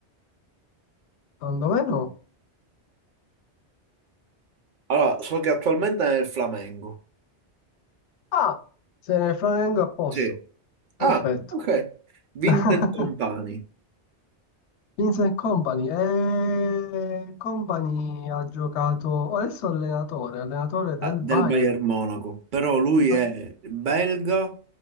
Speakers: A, on the left; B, on the right.
A: Secondo me no.
B: Allora, so che attualmente è nel Flamengo.
A: Ah, se ne Flamengo a posto.
B: Sì. Ah,
A: Perfetto.
B: ok. Vincent
A: <laughs>
B: Company
A: Vincent Company. Eh, Company ha giocato, adesso è allenatore, allenatore del
B: eh, del
A: Bayern
B: Bayern Monaco, però lui
A: ah,
B: è belga,